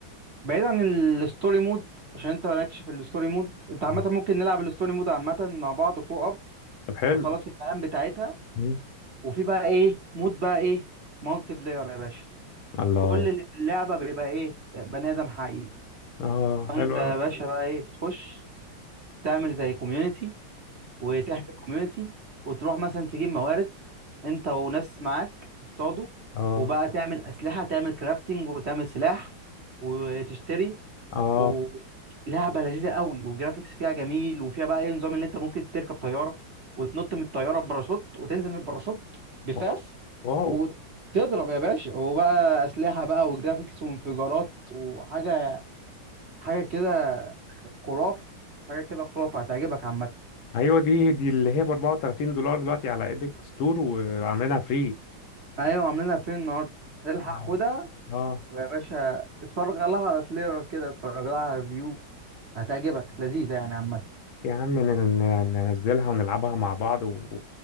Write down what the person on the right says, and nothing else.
بعيد عن الستوري مود عشان انت مالكش في الستوري مود انت عامه
ممكن نلعب الستوري مود عامه مع بعض كو اب
تخلص المهام بتاعتها
وفي بقى ايه مود بقى ايه مالتي بلاير يا باشا
كل اللي في اللعبه بيبقى ايه بني ادم حقيقي
فانت
يا
باشا بقى ايه بتخش تعمل زي كوميونتي وتحمل كوميونتي وتروح مثلا تجيب موارد انت وناس معاك تصطادوا
وبقى تعمل اسلحه تعمل كرافتنج وتعمل سلاح وتشتري
ولعبه لذيذه قوي والجرافيكس فيها جميل وفيها بقى ايه نظام ان انت ممكن تركب طياره وتنط من الطياره بباراشوت وتنزل من الباراشوت بفاس
وتضرب يا باشا وبقى اسلحه بقى وجرافيكس وانفجارات وحاجه حاجه كده خ- خرافه حاجه كده خرافه هتعجبك عامه
ايوه عاملينها فين النهارده الحق
خدها
ويا باشا اتفرج لها على تريلر كده اتفرج لها على ريفيو هتعجبك لذيذه يعني عامه